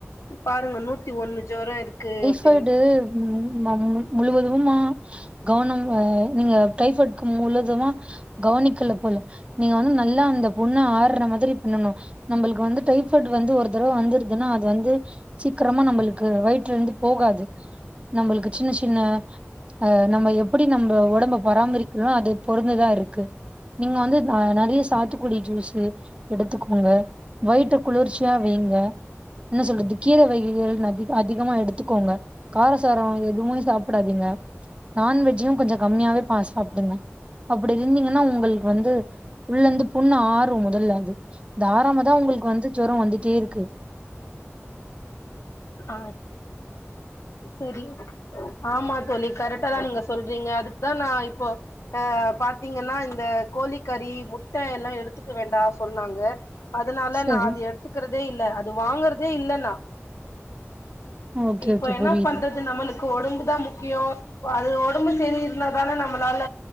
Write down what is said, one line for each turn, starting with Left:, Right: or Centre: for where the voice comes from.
Left: பாருங்க நூத்தி ஒண்ணு ஜொரோ இருக்கு அப்படின்னு.
Right: ப்படு மு மு முழுவதுமா கவனம் நீங்க டைப்பாய்ட்க்கு முழுதுமா கவனிக்கல போல நீங்க வந்து நல்லா அந்த புண்ண ஆர்ற மாரி பண்ணணு நம்மளுக்கு வந்து டைப்பாய்ட் வந்து ஒரு தரவ வந்துருதுனா அது வந்து சீக்கிரமா நம்மளுக்கு வயிற்லருந்து போகாது நம்மளுக்கு சின்ன சின்ன அ நம்ம எப்படி நம்ம ஒடம்ப பராமரிக்கிறனோ அது பொருந்துதா இருக்கு நீங்க வந்து நெறையா சாத்துக்குடி ஜூஸு எடுத்துக்கோங்க வயிட்ட குளிர்ச்சியா வைங்க என்ன சொல்றது <unintelligible> அதிக அதிகமா எடுத்துக்கோங்க காரசாரோ எதுமே சாப்டாதீங்க நண்வெஜ்ஜயு கொஞ்சோ கம்மியாவே பா சாப்டுங்க அப்டி இருந்தீங்னா உங்களுக்கு வந்து உள்ளந்து புண்ணு ஆரு முதல்ல அது அது ஆறாமதா உங்களுக்கு வந்து ஜொரோ வந்துட்டே இருக்கு
Left: ஆ செரி ஆமா தோழி கரெக்டாதா நீங்க சொல்றீங்க அதுக்குதா நா இப்போ அ பாத்தீங்கன்னா இந்த கோழிக்கறி முட்ட எல்லா எடுத்துக்க வேண்டா சொன்னாங்க அதனால
Right: சரி
Left: நா அது எடுத்துக்கிறதே இல்ல அது வாங்கறதே இல்ல நா
Right: ஓகே
Left: இப்ப
Right: ஓகே
Left: என்னா
Right: புரியுது
Left: பண்றது நம்மளு க்கு ஒடம்புதா முக்கியோ அது ஒடம்பு சரி இருந்தாதானே நம்மளால